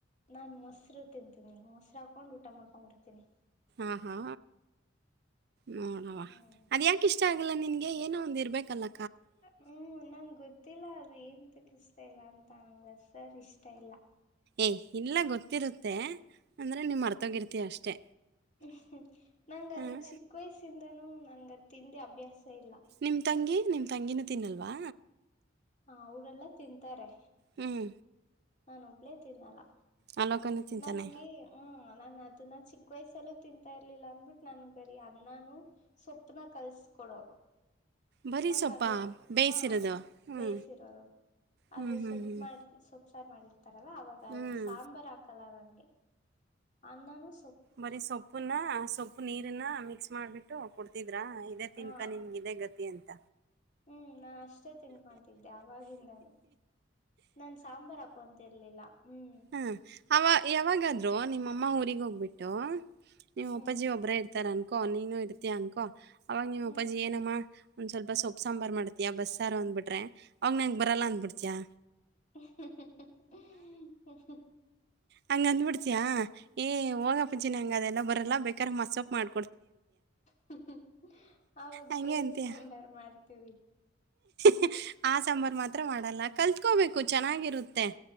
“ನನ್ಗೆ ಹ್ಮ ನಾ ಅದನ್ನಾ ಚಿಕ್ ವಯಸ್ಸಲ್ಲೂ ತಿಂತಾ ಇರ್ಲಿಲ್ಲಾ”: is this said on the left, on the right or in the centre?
Left